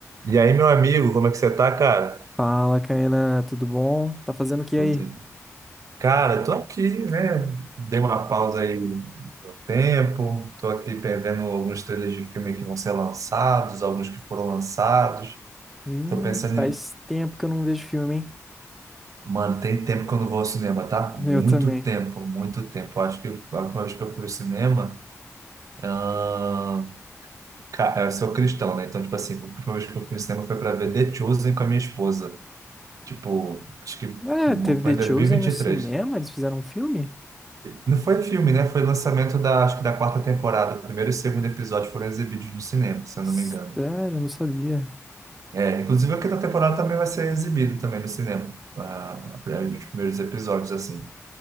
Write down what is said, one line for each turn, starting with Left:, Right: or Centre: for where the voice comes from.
Right: E aí, meu amigo, como é que você tá, cara?
Centre: Fala, Caena, tudo bom? Tá fazendo o que
Right: Tudo-
Centre: aí?
Right: Cara, tô aqui, né? Dei uma pausa aí no tempo, tô aqui perdendo alguns trailers de filme que vão ser lançados, alguns que foram lançados.
Centre: Hum,
Right: Tô pensando
Centre: faz
Right: em...
Centre: tempo que eu não vejo filme, hein?
Right: Mano, tem tempo que eu não vou ao cinema, tá?
Centre: <laughs>
Right: Muito
Centre: Eu também.
Right: tempo, muito tempo. Eu Acho que a última vez que eu fui ao cinema... ahn, ca- Eu sou cristão, né? Então, tipo assim, a última vez que eu fui ao cinema foi pra ver The Chosen com a minha esposa. Tipo, acho que
Centre: Ué,
Right: hum,
Centre: teve
Right: foi
Centre: The
Right: em 2023.
Centre: Chosen no cinema? Eles fizeram um filme?
Right: Não foi filme, né? Foi lançamento da, acho que da quarta temporada. O primeiro e o segundo episódio foram exibidos no cinema, se eu
Centre: Sério,
Right: não me engano.
Centre: eu não sabia.
Right: É, inclusive a quinta temporada também vai ser exibida também no cinema. Ah, os primeiros episódios, assim.